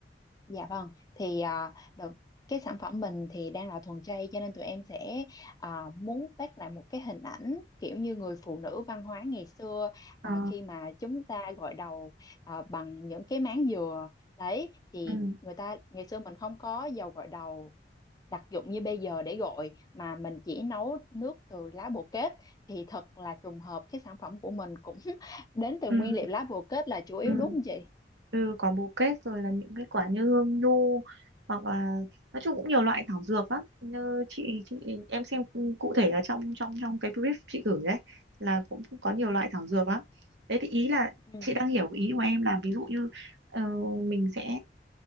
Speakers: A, on the left; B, on the right.
A: Dạ vâng, thì à, đầu cái sản phẩm mình thì đang là thuần chay cho nên tụi em sẽ à, muốn bắt lại một cái hình ảnh kiểu như người phụ nữ văn hóa ngày xưa
B: Ờ,
A: à, khi mà chúng ta gội đầu à, bằng những cái máng dừa đấy thì
B: ừm,
A: người ta ngày xưa mình không có dầu gội đầu đặc dụng như bây giờ để gọi mà mình chỉ nấu nước từ lá bồ kết thì thật là trùng hợp cái sản phẩm của mình cũng <laughs> đến từ
B: ừm,
A: nguyên liệu lá bồ kết là chủ yếu
B: ừm.
A: đúng không chị?
B: ừ, có bồ kết rồi là những cái quả như hương nhu hoặc là nói chung cũng nhiều loại thảo dược lắm như chị chị em xem cụ thể là trong trong trong cái brief chị gửi đấy là cũng có nhiều loại thảo dược lắm đấy thì ý là
A: Ừ.
B: chị đang hiểu cái ý của em là ví dụ như ờ, mình sẽ